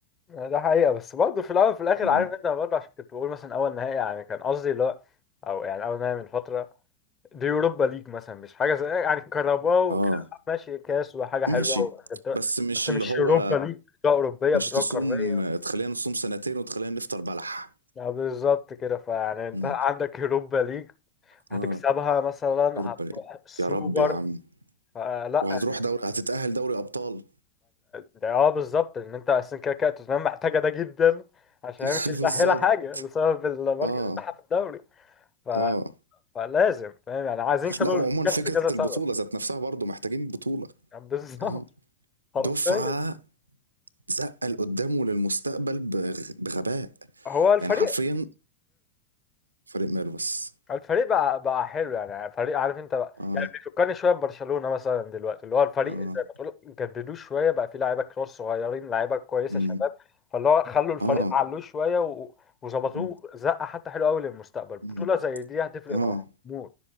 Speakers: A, on the left (about 25°); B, on the right (about 80°).
A: ده حقيقه بس برضه في الاول وفي الاخر
B: آه.
A: عارف انت برضه عشان كنت بقول مثلا اول نهائي يعني كان قصدي اللي هو او يعني اول نهائي من فتره دي يوروبا ليج مثلا مش حاجه زي يعني كهرباء وكده
B: اه
A: ماشي كاس وحاجه حلوه
B: ماشي
A: وإنجلترا،
B: بس مش
A: بس
B: اللي
A: مش
B: هو
A: يوروبا ليج بطوله اوروبيه
B: مش
A: بطوله
B: تصوم
A: قاريه
B: تخلينا نصوم سنتين وتخلينا نفطر بلح
A: اه بالظبط كده فيعني انت
B: امم
A: عندك يوروبا ليج هتكسبها
B: اه
A: مثلا
B: يوروبا
A: هتروح
B: ليج
A: السوبر
B: يا رب يا عم
A: فلا
B: وهتروح دوري هتتأهل دوري أبطال
A: ده اه بالظبط ان انت اصلا كده كده توتنهام محتاجه ده جدا عشان
B: <laughs>
A: هي مش متاهله
B: بالظبط
A: حاجه بسبب المركز
B: اه
A: بتاعها في الدوري ف...
B: اه
A: فلازم فاهم يعني عايزين يكسبوا
B: لا وعموما
A: الكاس
B: فكرة
A: لكذا سبب
B: البطولة ذات نفسها برضو محتاجين بطولة
A: بالظبط
B: اه
A: حرفيا
B: دفعة زقل قدامه للمستقبل بغ- بغباء
A: هو الفريق
B: يعني حرفيا فريق ماله بس
A: الفريق بقى بقى حلو يعني فريق عارف انت بقى
B: اه
A: يعني بيفكرني شويه ببرشلونه مثلا دلوقتي اللي هو الفريق
B: اه
A: زي ما تقول جددوه شويه بقى فيه لعيبه كتير صغيرين لعيبه كويسه
B: امم
A: شباب فاللي هو خلوا الفريق
B: اه
A: علوه شويه و... وظبطوه
B: امم
A: زقه حتى حلوه قوي للمستقبل بطوله
B: امم
A: زي دي هتفرق
B: آه.
A: معاهم موت